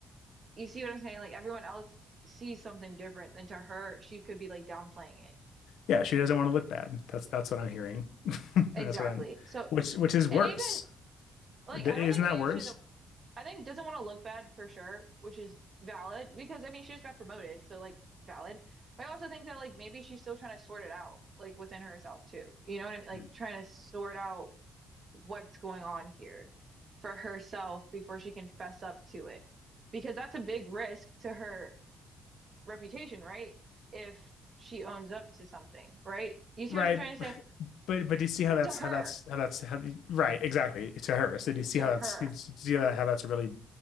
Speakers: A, on the right (about 45°); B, on the left (about 80°).
A: You see what I'm saying? Like everyone else sees something different than to her, she could be like downplaying it.
B: Yeah, she doesn't want to look bad. That's that's what I'm hearing. <laughs> And
A: Exactly.
B: that's what I'm,
A: So,
B: which which is worse.
A: and even like
B: Or d-
A: I
B: Isn't
A: don't think
B: that
A: maybe
B: worse?
A: she doesn't I think doesn't want to look bad for sure, which is valid because I mean she just got promoted, so like valid. But I also think that like maybe she's still trying to sort it out, like within herself too. You know what I mean? Like
B: Mm.
A: trying to sort out what's going on here for herself before she can fess up to it. Because that's a big risk to her reputation, right? If she owns up to something, right? You
B: Right.
A: see what I'm trying to say?
B: But but do you see how that's
A: To her,
B: how that's how that's how, right, exactly, to her. So do you see
A: to
B: how that's
A: her.
B: do you see that how that's a really